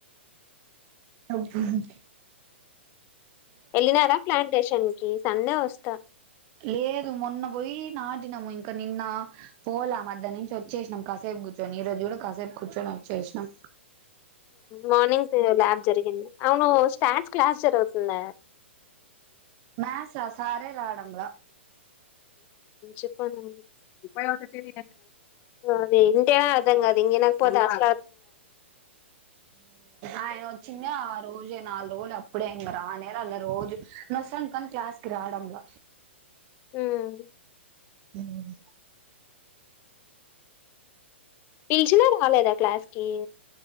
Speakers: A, on the right (about 35°); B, on the left (about 30°).
A: అబ్బో అంది
B: ఎల్లినారా ప్లాంటేషన్ కి సండే వస్తా
A: లేదు మొన్న పోయి నాటినము ఇంకా నిన్న పోలా మధ్యాహ్ననుంచి వచ్ చేసినం కాసేపు కూర్చొని ఈ రోజు కూడా కాసేపు కూర్చొని వచ్చేసినాం
B: మార్నింగ్స్ ల్యాబ్ జరిగింది అవును స్టాన్స్ క్లాస్ జరుగుతుంద
A: మ్యాథ్స్ ఆ సారే రాడంల
B: చెప్పాను ఇ అది ఇంటేనే అర్థం కాదు అది ఇంగ ఇనక పోతే అస
A: ఆయన వచ్చింది ఆ రోజే నాలుగు రో అప్పుడే ఇంక రానే రాలా రోజు నసం కాని క్లాస్కి రావడంల
B: హ్మ్
A: హ్మ్
B: పిలిచినా రాలేదా క్లాస్ కి